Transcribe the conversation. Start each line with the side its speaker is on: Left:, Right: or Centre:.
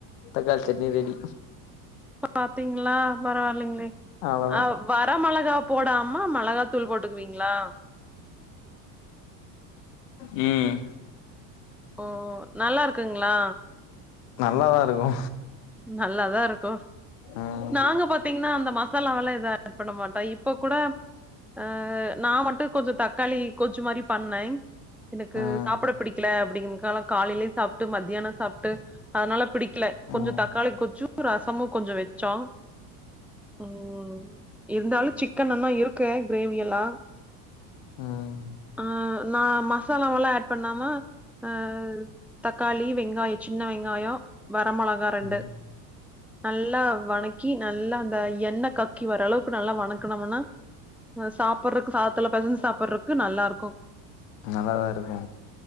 Left: தக்காளி சட்னி ரெடி
Centre: பாத்தீங்ளா பரவால்லைங்ளே
Left: அவ்ளோதா
Centre: அ வர மொளகா போடாம மெளகாத் தூள் போட்டுக்குவீங்ளா
Left: ம்
Centre: ஓ நல்லா இருக்குங்ளா
Left: நல்லாதா இருக்கு
Centre: நல்லாதா இருக்கு
Left: ம்
Centre: நாங்க பாத் தீங்னா அந்த மசாலாவெல்லா எது ஆட் பண்ண மாட்டோ இப்பக்கூட அ நா மட்டு கொஞ்ச தக்காளி கொஜ் மாரி பண்ணே எனக்கு
Left: ம்
Centre: சாப்புட பிடிக்கல அப்டிங்கன்க்காலா காலைலேயு சாப்ட்டு மத்யான சாப்ட்டு அதனால பிடிக்கல கொஞ்ச
Left: ம்
Centre: தக்காளி கொச்சு ரசமு கொஞ்ச வெச்சோ ம் இருந்தாலு சிக்கன் நன்னா இருக்கு கிரேவியெல்லா
Left: ம்
Centre: ஆ நா மசாலாவெல்லா ஆட் பண்ணாம அ தக்காளி வெங்காய சின்ன வெங்காயோ வர மொளகா ரெண்டு
Left: ம்
Centre: நல்லா வணக்கி நல்லா அந்த எண்ணெ கக்கி வரளவுக்கு நல்லா வணக்குனமுனா அ சாப்புறக்கு சாதத்துல பெசஞ்சு சாப்புறக்கு நல்லா இருக்கு
Left: நல்லாதா இருக்கு